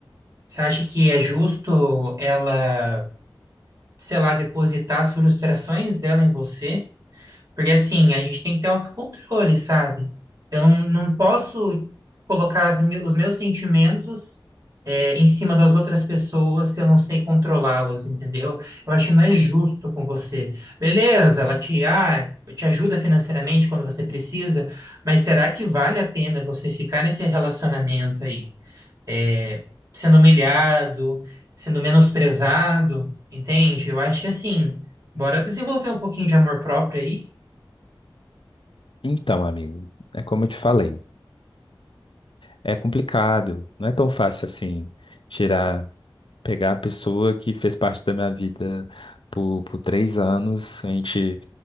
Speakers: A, on the right (about 45°); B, on the left (about 80°).
A: Você acha que é justo ela sei lá, depositar as frustrações dela em você, porque assim, a gente tem que ter autocontrole, sabe? Eu não, não posso colocar as me- os meus sentimentos é, em cima das outras pessoas se eu não sei controlá-los, entendeu? Eu acho que não é justo com você. Beleza, ela te, ah, te ajuda financeiramente quando você precisa, mas será que vale a pena você ficar nesse relacionamento aí? é, sendo humilhado, sendo menosprezado, entende? Eu acho que assim, bora desenvolver um pouquinho de amor próprio aí?
B: Então, amigo, é como eu te falei. É complicado. Não é tão fácil assim tirar, pegar a pessoa que fez parte da minha vida por, por três anos. A gente